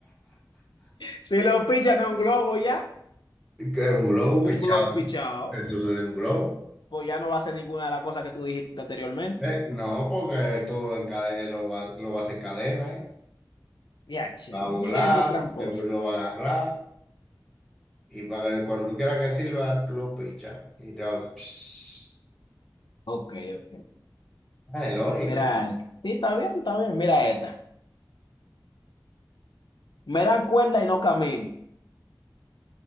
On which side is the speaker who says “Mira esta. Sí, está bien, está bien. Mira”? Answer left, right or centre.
Left